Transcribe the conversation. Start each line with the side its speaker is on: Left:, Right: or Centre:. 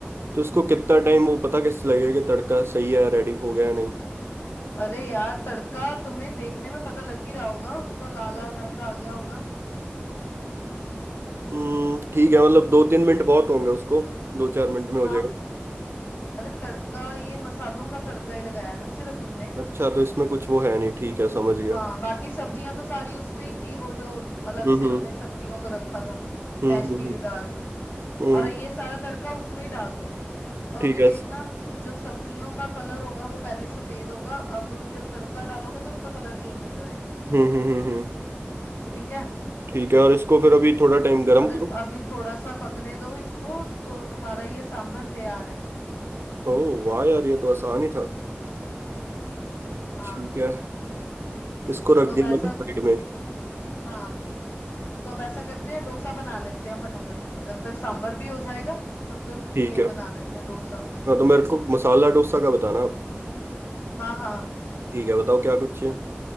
Right: तो इसको कितना टाइम वो पता कैसे लगेगा कि तड़का सही है रेडी हो गया या नहीं
Left: अरे यार तड़का तुम्हें देखने में पता लग ही रहा होगा उसका लाल लाल रंग आ गया होगा
Right: हम्म ठीक है मतलब दो तीन मिनट बहुत होंगे उसको दो चार मिनट में हो
Left: हाँ
Right: जाएगा
Left: अरे तड़का ये मसालों का तड़का ही लगाया है ना सिर्फ हमने
Right: अच्छा तो इसमें कुछ वो है नहीं ठीक है समझ गया
Left: हाँ बाकी सब्जियां तो सारी उसमें ही थी वो जो अलग
Right: हम्म
Left: से
Right: हम्म
Left: हमने सब्जियों को रखा था
Right: हम्म
Left: मैश
Right: हम्म
Left: की
Right: हम्म,
Left: हुई दाल
Right: हम्म,
Left: और ये सारा तड़का उसमें ही डाल दो तो
Right: ठीक
Left: अभी
Right: है
Left: देखना जो सब्जियों का कलर होगा वो पहले सफेद होगा अब जब तड़का डालोगे तो उसका कलर चेंज हो जाएगा
Right: हम्म हम्म हम्म हम्म,
Left: ठीक है
Right: ठीक है और इसको फिर अभी थोड़ा टाइम गर्म
Left: और अभी
Right: करूं
Left: थोड़ा सा पकने दो इसको तो तुम्हारा ये सांभर तैयार है
Right: ओह वाह यार ये तो आसान ही था
Left: हाँ
Right: ठीक है इसको रख
Left: तो अब
Right: दिया
Left: ऐसा
Right: मैंने साइड में
Left: हाँ तो अब ऐसा करते हैं डोसा बना लेते हैं फटाफट जब तक सांभर भी हो जाएगा तब तक
Right: ठीक
Left: ये
Right: है
Left: बना लेते हैं डोसा
Right: हाँ तो मेरे को मसाला डोसा का बताना आप
Left: हाँ हाँ
Right: ठीक है बताओ क्या कुछ चाहिए